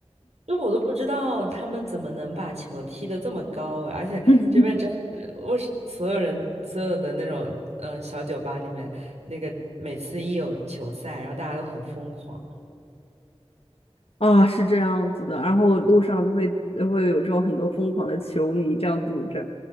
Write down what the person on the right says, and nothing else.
就我都不知道他们怎么能把球踢得这么高哎，而且这边真的是为什所有人所有的那种嗯、
呃小酒吧里面，那个每次一有球赛，然后大家都很疯狂。